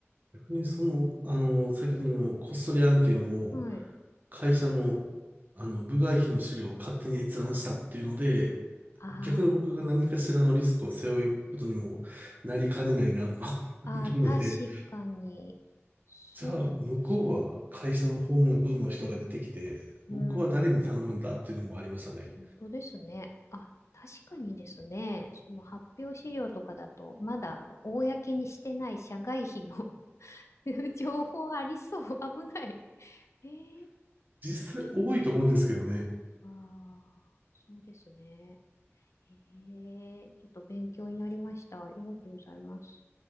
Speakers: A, on the right; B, on the left.
A: 逆にその、あの、先ほどのこっそり案件も、
B: はい。
A: 会社の、あの、部外費の資料を勝手に閲覧したっていうので、
B: あー
A: 逆に僕が何かしらのリスクを背負うことにもなりかねないなと思
B: あー、
A: ったので、
B: 確かにそうですね。
A: じゃあ、向こうは会社の法務部の人が出てきて、僕は誰に頼むんだっていうのもありましたね。
B: うん、本当ですね。あ、確かにですね。その発表資料とかだと、まだあの公にしてない社外費の <laughs> 情報ありそう。危ない。えー
A: 実際多いと思うんですけどね。
B: ああ、そうですね。ええ、ちょっと勉強になりました。ありがとうございます。